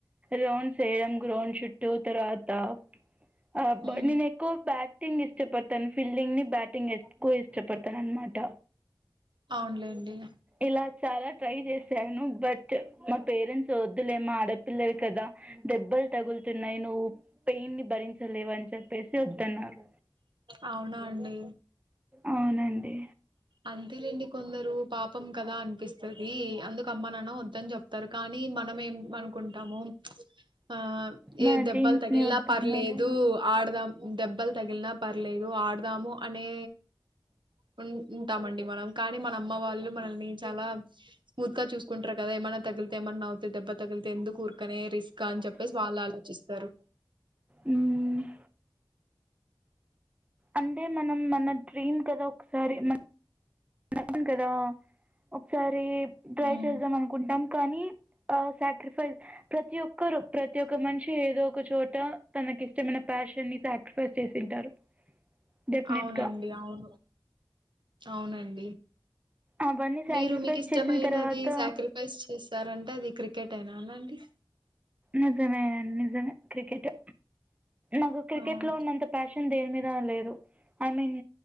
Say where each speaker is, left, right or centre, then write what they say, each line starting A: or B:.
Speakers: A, on the right; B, on the right.
A: రౌండ్స్ వేయడం గ్రౌండ్ చుట్టూ తరువత్ త అ
B: హ్మ్.
A: బ్ నేను ఎక్కువ బ్యాట్ టింగ్ ఇష్టపడుతాను ఫీల్డింగ్ ని బ్యాటింగ్ ఎక్కువ ఇష్టపడుతాన అన్నమాట
B: అవునులేండి
A: ఇలా చాలా ట్రై చేశాను బట్ మా పేరెంట్స్ వద్దులేమ్మ ఆడపిల్లలు కదా దెబ్బలు తగులుతున్నాయి నువ్వు పెయిన్ ని భరించలేవని చెప్పేసి వద్దన్నారు
B: అవునా అండి
A: అవునండి
B: అంతేలెండి కొందరు పాపం కదా అనిపిస్తది అందుకమ్మ నాన్న వద్దని చెప్తారు కానీ మనం ఏం అనుకుంటామొ ఆ
A: మన
B: ఇగ దెబ్బలు
A: డ్రీమ్స్ని
B: తగిలిన
A: వద్దన్నారు
B: పర్లేదు ఆడుదాం దెబ్బలు తగిలినా పర్లేదు ఆడుదాము అనే ఉం ఉంటామండి మనం కానీ మన అమ్మ వాళ్ళు మనల్ని చాలా స్మూత్ గా చూసుకుంటారు కదా ఏమైనా తగిలితే ఏమన్నా అవ్ దెబ్బ తగిలితే ఎందుకు కూరుకనే రిస్క్ అని చెప్పేసి వాళ్ళు ఆలోచిస్తారు
A: మ్ అంటే మనం మన డ్రీమ్ కదా ఒకసారి మన అవును కదా ఒకసారి ట్రై
B: ఉమ్.
A: చేద్దాం అనుకుంటాం కానీ ఆ సాక్రిఫైస్ ప్రతి ఒక్కరు ప్రతి ఒక్క మనిషి ఏదో ఒక చోట తన కిష్టమైన ప్యాషన్ ని సాక్రిఫైస్ చేసింటారు డెఫినెట్గా
B: అవునండి అవును అవునండి
A: అవన్నీ సాక్రిఫైస్
B: మీరు మీకు ఇష్టమైనది
A: చేసిన తర్వాత
B: సాక్రిఫైస్ చేస్ స్తారంటే అది క్రికెటేనా అననండి
A: నిజమే నిజమే క్రికెటే నాకు క్రికెట్
B: అవును.
A: లో ఉన్నంత ప్యాషన్ దేని మీద లేదు ఐ మీన్